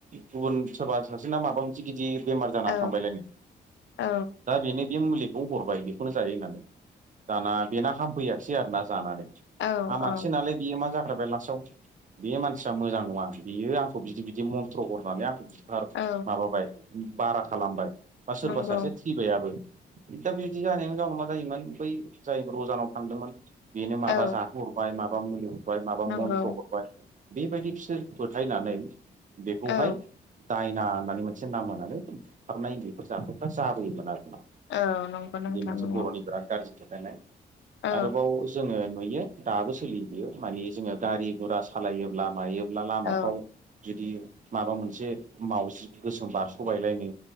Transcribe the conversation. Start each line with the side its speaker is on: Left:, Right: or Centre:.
Right: गुबुन सोरबा सासेना माबा मोनसे गिदिर बेमार जानानै
Left: औ
Right: थांबायलायनो
Left: औ
Right: दा बेनो बे मुलिखौ हरबाय बेखौनो जायो होननानै दाना बेना हामफैयाखिसै आरोना जानानै
Left: औ
Right: हामाखसै
Left: औ
Right: नालाय बियो मा जाग्रोबाय लास्टआव बे मानसिया मोजां नङा बेयो आंखौ बिदि बिदि मन्थ्र हरनानै आंखौ बार
Left: औ
Right: माबाबाय बारा खालामबाय बा सोरबा
Left: नंगौ
Right: सासे फैबायाबो दा बिदि जानायनि जाउनाव मा जायोमोन बै जाय रजानाव थांदोंमोन बेनो
Left: औ
Right: माबा जाहोहरबाय माबा मुलि हरबाय माबा
Left: नंगौ
Right: मन्थ्र हरबाय बेबायदि बिसोर फोथायनानै बेखौहाय
Left: औ
Right: दायना होननानै मोन से नाम होनानै बुथारनाय बेफोर जाथायफ्रा जाबोयोमोन आरोना।
Left: औ नंगौ नोंथां
Right: बे मोनसे
Left: नंगौ
Right: बर'नि बिराद गाज्रि
Left: औ
Right: <unintelligible> आरोबाव जोङो नुयो दाबो सोलियो बेयो मानि जोङो गारि गुरा सालायोब्ला मायो ला लामाफ्राव
Left: औ
Right: जुदि माबा मोनसे मावजि गोसोम बारस'बायलायनो